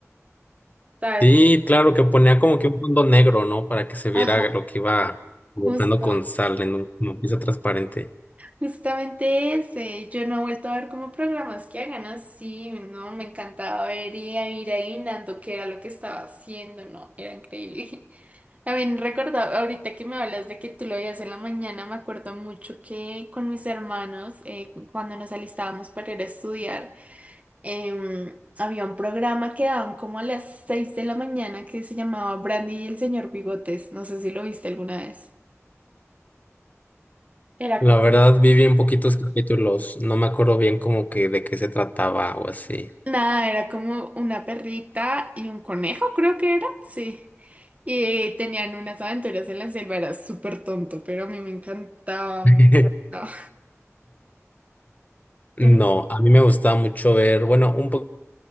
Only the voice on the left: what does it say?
Sí, claro, que ponía como que un fondo negro, ¿no? Para que se viera
lo que iba
dibujando con sal en un- una pieza transparente.
La
verdad, vi bien poquitos capítulos. No me acuerdo bien como que de qué se trataba o así.
<laughs>
No,
a mí me gustaba mucho ver, bueno, un po-